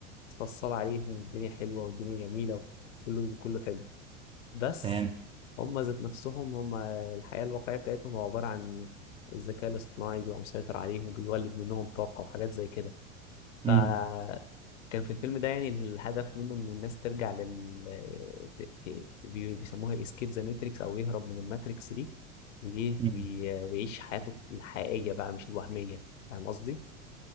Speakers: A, on the left; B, on the right.
A: متفصلة عليهم والدنيا حلوة والدنيا جميلة وكله كله حلو بس
B: فهمت
A: هما ذات نفسهم هما الحياة الواقعية بتاعتهم هو عبارة عن الذكاء الاصطناعي بيبقى مسيطر عليهم بيولد منهم طاقة وحاجات زي كده فكان
B: امم
A: في الفيلم ده يعني الهدف منه ان الناس ترجع لل ت- ت- بي- بيسموها اسكيب ذا ماتريكس او يهرب من الماتريكس دي ويه
B: أمم،
A: وي- ويعيش حياته الحقيقية بقى مش الوهمية فاهم قصدي؟